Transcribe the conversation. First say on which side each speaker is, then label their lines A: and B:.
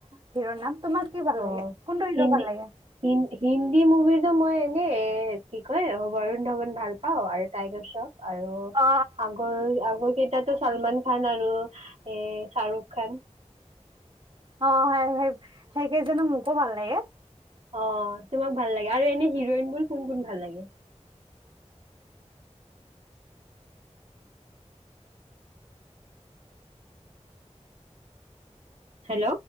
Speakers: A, on the right; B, on the right.
A: ধীৰৰ নাম। তোমাক কি ভাল
B: অ
A: লাগে কোনটো হিৰ'
B: হিন্দী
A: ভাল লাগে
B: হিন্দী মুভিৰ। কিু মই এনেই এ কি কয় বৰুণ ধৱন ভাল পাও আৰু টাইগাৰ চও। আৰু
A: অ অ
B: আগৰ আগৰ কেইটাতো? ছলমান খান আৰু এ শ্বাহৰুখ খান।
A: অ হয় সেই কেইজানো মোকো ভাল লাগে।
B: অ তোমাক ভাল লাগে। আৰু এনে হিৰইন বোৰ কোন কোন ভাল লাগে। কি হেল্ল'